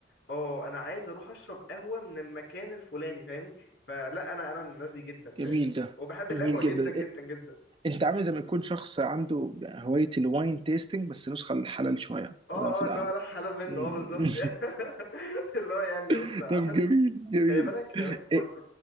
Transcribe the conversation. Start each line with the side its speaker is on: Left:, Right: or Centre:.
Left: اه انا عايز اروح اشرب قهوه من المكان الفلاني فاهمني فلا انا انا من الناس دي جدا فاهمني
Right: جميل ده
Left: وبحب القهوه
Right: جميل جدا
Left: جدا جدا
Right: إيه،
Left: جدا
Right: انت عامل زي ما يكون شخص عنده هواية الواين تيستنج بس نسخة الحلال شوية
Left: اه
Right: اللي هو في
Left: اه
Right: القهوة
Left: اللي هو انا حالا منه
Right: مم.
Left: اه بالظبط <laughs> اللي هو يعني
Right: <laughs>
Left: بص عشان
Right: طب جميل جميل
Left: خلي بالك خلي بالك برضو
Right: إيه